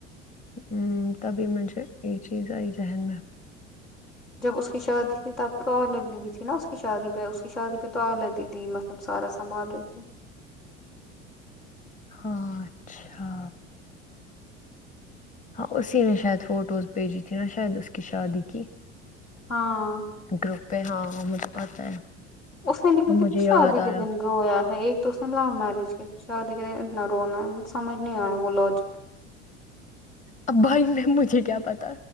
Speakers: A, on the left; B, on the left.
A: ہمم تبھی مجھے یے چیز آئی ذہن میں
B: جب اس کی شادی تھی تب تو الیہ نہیں تھی نا اس کی شادی پے اس کی شادی الیہ دیدی نہ تب سارا سنبھال رہے تھی
A: ہاں اچھا ہاں اسی نے شاید فوٹوز بھیجی تھی نا شاید اس کی شادی کی
B: ہاں
A: گروپ پے ہے ہاں مجھے پتہ ہے
B: اس نے نکل
A: اب مجھے
B: شادی
A: یاد
B: کے
A: آیا
B: دن رویا ہے ایک تو اسنے لوومیریج کی شادی کے دن اتنا رونا مجھے سمجھ نہیں آیا وہ لاجک
A: اب بھائی میں مجھے کیا پتہ